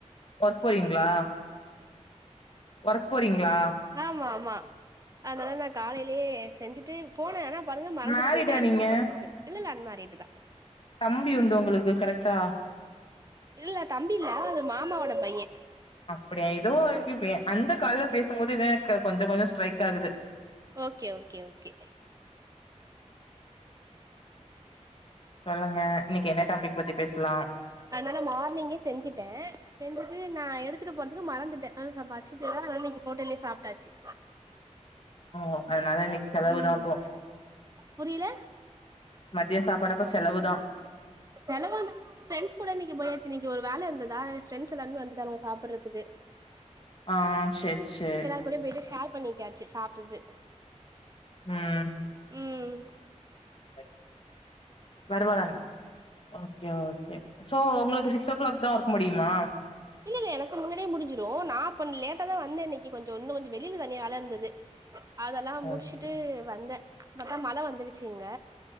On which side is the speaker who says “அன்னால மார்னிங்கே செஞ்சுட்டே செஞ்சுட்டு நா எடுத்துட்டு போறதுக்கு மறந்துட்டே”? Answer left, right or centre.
Right